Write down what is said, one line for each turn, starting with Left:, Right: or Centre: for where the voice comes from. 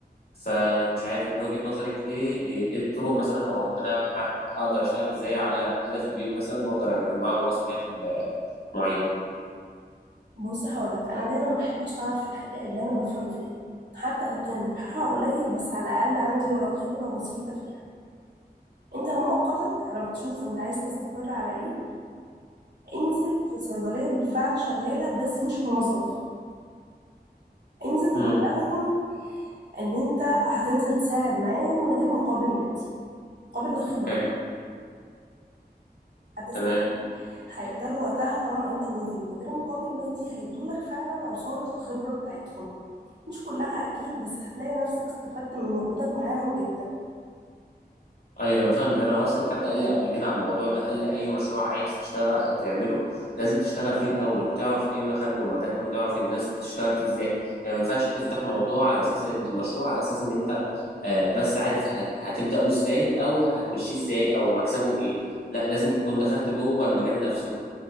Left: فمش عارف من وجهة نظرك ايه ايه إيه الطرق مثلا او ان انا أع- اقدر اشتغل ازاي على هدف كبير مثلا واقدر اجمع له راس مال آه، معين
Right: بص هقولك انا دايما بحب اشتغل في الحاجه اللي انا بفهم فيها حتى لو كان ربحها قليل بس على الاقل عندي ولو خبره بسيطه فيها انت مؤقتا على ما تشوف انت عايز تستقر على ايه انزل في صيدليه بالفعل شغاله بس مش موظف انزل وبلغهم
Left: امم
Right: ان انت هتنزل تساعد معاهم من غير مقابل مادي مقابل الخبره
Left: حلو
Right: هتستفيد
Left: تمام
Right: هيقدروا وقتها طالما انت نازل من غير مقابل مادي هيدولك فعلا عصارة الخبرة بتاعتهم مش كلها اكيد بس هتلاقي نفسك استفدت من وجودك معاهم جدا
Left: ايوه انا فاهمك انا اصلا حد قال لي قبل كده على الموضوع ده قال لي اي مشروع عايز تشتغل تعمله لازم تشتغل فيه الاول تعرف ايه مخارجه ومداخله تعرف الناس بتشتغل فيه ازاي يعني ما ينفعش تفتح موضوع على اساس ان مشروع على اساس ان انت آه، بس عارف ه- هتبداه ازاي او هتمشيه ازاي او مكسبه ايه لا لازم تكون دخلت جوه المجال نفسه